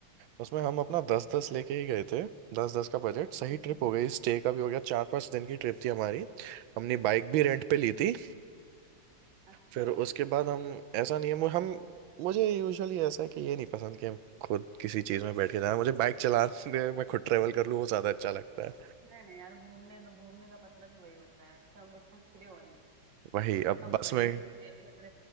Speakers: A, on the right; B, on the right.
A: उसमें हम अपना दस
B: अच्छा
A: दस लेके
B: अच्छा
A: ही गए थे दस दस का बजट सही
B: हम्म
A: ट्रिप
B: हम्म,
A: हो गई स्टे का भी हो गया चार पांच दिन की ट्रिप थी हमारी हमने बाइक भी रेंट पे ली थी
B: अच्छा
A: फिर उसके बाद हम ऐसा नहीं है मु- हम मुझे यूजुअली ऐसा है कि ये नहीं पसंद कि हम खुद किसी चीज़ में बैठ के जाना मुझे बाइक चलाने मैं खुद ट्रेवल कर लूँ वो ज़्यादा अच्छा लगता है
B: नहीं नहीं यार घूमने का घूमने का मतलब ही वही होता है कि हम बिल्कुल फ्री हो एकदम
A: वही अब
B: अब
A: बस
B: वही
A: में
B: चीज है फिर